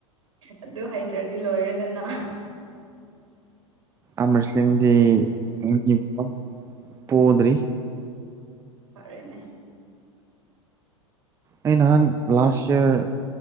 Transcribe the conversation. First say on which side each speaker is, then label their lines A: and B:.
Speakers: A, on the right; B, on the right.
A: ꯑꯗꯨ ꯍꯩꯇ꯭ꯔꯗꯤ ꯂꯣꯏꯔꯦꯗꯅ
B: ꯑꯃꯔꯁ꯭ꯂꯤꯡꯗꯤ <unintelligible> ꯄꯣꯗ꯭ꯔꯤ
A: ꯐꯔꯦꯅꯦ
B: ꯑꯩ ꯅꯍꯥꯟ ꯂꯥꯁ ꯏꯌꯥꯔ